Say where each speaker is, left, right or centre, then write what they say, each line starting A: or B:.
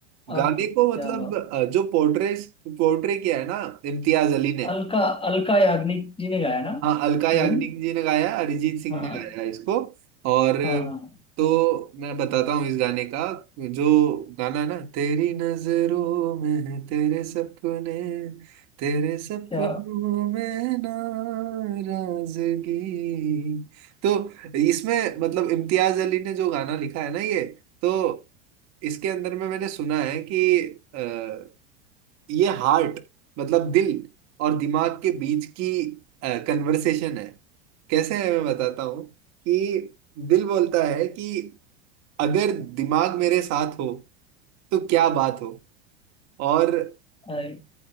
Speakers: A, on the left; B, on the right.
A: आह
B: गाने को मतलब
A: क्या बात
B: अ, जो पोर्ट्रे पोर्ट्रे किया है ना इम्तियाज अली ने
A: है। अलका अलका याग्निक जी ने गाया ना
B: हाँ अलका याग्निक
A: वही
B: जी ने गाया अरिजीत सिंह
A: हाँ
B: ने गाया है इसको और
A: हाँ हाँ,
B: तो मैं बताता हूँ इस गाने का जो गाना है ना तेरी नजरों में है तेरे सपने तेरे सपनों
A: क्या
B: में नाराजगी तो इसमें मतलब इम्तियाज अली ने जो गाना लिखा है ना ये तो इसके अंदर में मैंने सुना है कि अ, ये हार्ट मतलब दिल और दिमाग के बीच की कन्वर्सेशन है कैसे है मैं बताता हूँ कि दिल बोलता है कि अगर दिमाग मेरे साथ हो तो क्या बात हो और
A: अरे,